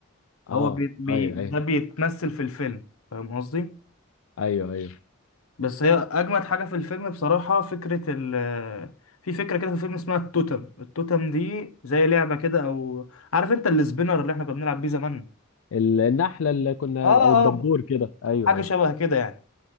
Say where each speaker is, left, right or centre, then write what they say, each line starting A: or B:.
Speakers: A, on the left (about 70°); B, on the left (about 80°).
A: اه
B: هو بي... بي...
A: ايوه
B: ده
A: ايوه
B: بيتمثل في الفيلم فاهم قصدي
A: ايوه ايوه
B: بس هي اجمد حاجه في الفيلم بصراحه فكره ال في فكره كده في الفيلم اسمها التوتم التوتم دي زي لعبه كده او عارف انت السبينر اللي احنا كنا بنلعب بيه زمان
A: ال- النحلة اللي كنا
B: اه
A: او الدبور
B: اه
A: كده ايوه
B: حاجه
A: ايوه
B: شبه كده يعني